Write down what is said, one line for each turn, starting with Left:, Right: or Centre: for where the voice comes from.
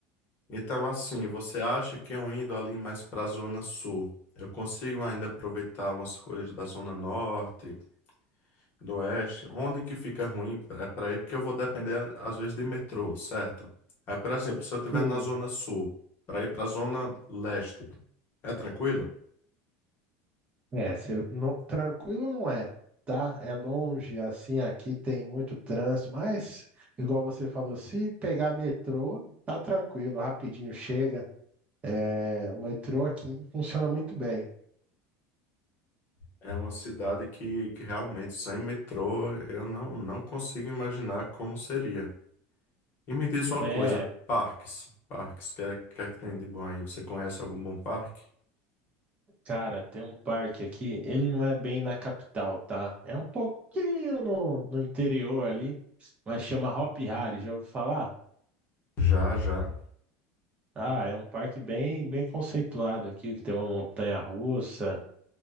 Left: Então, assim, você acha que eu indo ali mais para a Zona Sul, eu consigo ainda aproveitar umas coisas da Zona Norte? do Oeste, onde que fica ruim é para ir, porque eu vou depender, a- às vezes, de metrô, certo? Aí, por exemplo, se eu estiver
Right: Sim,
Left: na Zona Sul, para ir para a Zona Leste, é tranquilo?
Right: é, cê não- tranquilo não é, tá? É longe, assim, aqui tem muito trânsito, mas, igual você falou, se pegar metrô, tá tranquilo, rapidinho chega. É, o metrô aqui funciona muito bem.
Left: É uma cidade que, que realmente, sem metrô, eu não, não consigo imaginar como seria. E me diz uma
Right: É,
Left: coisa, parques, parques, o que é, que é que tem de bom aí? Você conhece algum bom parque?
Right: Cara, tem um parque aqui, ele não é bem na capital, tá? É um pouquinho no, no interior ali, mas chama Hop Hari, já ouviu falar?
Left: Já, já.
Right: Ah, é um parque bem, bem conceituado aqui, que tem uma montanha russa